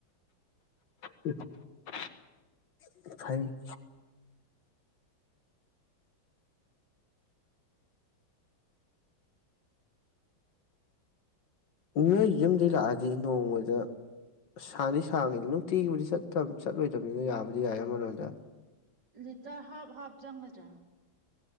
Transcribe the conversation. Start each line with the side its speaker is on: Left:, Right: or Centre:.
Left: <unintelligible> ꯅ‌ꯣꯏ ꯌꯨꯝꯗꯒꯤ ꯂꯥꯛꯑꯗꯤ ꯅꯣꯡꯃꯗ ꯁꯥꯡꯗꯤ ꯁꯥꯡꯉꯤ ꯅꯨꯡꯇꯤꯒꯤꯕꯨꯗꯤ ꯆꯠꯇ ꯆꯠꯂꯣꯏꯗꯕꯅꯤꯅ ꯌꯥꯕꯨꯗꯤ ꯌꯥꯏ ꯑꯃꯔꯣꯝꯗ
Right: ꯂꯤꯇꯔ ꯍꯥꯞ ꯍꯥꯞ ꯆꯪꯒꯗ꯭ꯔꯥ